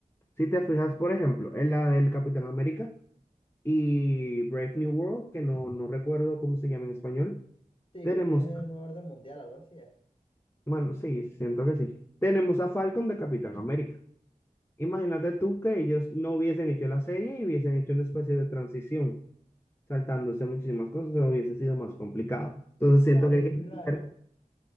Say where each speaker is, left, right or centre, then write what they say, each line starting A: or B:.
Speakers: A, on the left (about 15°); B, on the left (about 35°).
A: Si te fijas, por ejemplo, en la del Capitán América y Brave New World, que no, no recuerdo cómo se llama en español.
B: Sí,
A: Tenemos,
B: creo que es el nuevo orden mundial, algo así es.
A: bueno, sí, siento que sí. Tenemos a Falcon de Capitán América. Imagínate tú que ellos no hubiesen hecho la serie y hubiesen hecho una especie de transición, saltándose muchísimas cosas, o hubiese sido más complicado. Entonces
B: Claro,
A: siento que, hay
B: es
A: que
B: muy
A: entender-
B: raro.